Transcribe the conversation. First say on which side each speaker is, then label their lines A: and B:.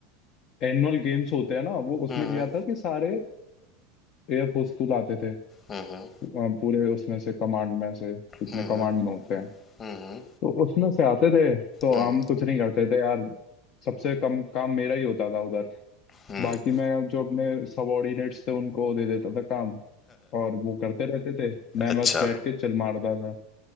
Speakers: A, on the left (about 40°); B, on the left (about 20°).
A: एनुअल गेम्स होते हैं ना वो उसमें
B: हम्म
A: क्या था कि सारे एयर फोर्स आते थे
B: हम्म हम्म
A: अ, पूरे उसमें से कमांड में से जितने
B: हम्म
A: कमांड में होते हैं
B: हम्म हम्म
A: तो उसमें से आते थे तो
B: हम्म,
A: हम कुछ नहीं करते थे यार सबसे कम काम मेरा ही होता था उधर
B: हम्म,
A: बाकी
B: हम्म।
A: मैं जो अपने सबॉर्डिनेट्स थे उनको दे देता था काम और वो करते रहते थे मैं
B: अच्छा
A: बस बैठ के चिल मारता था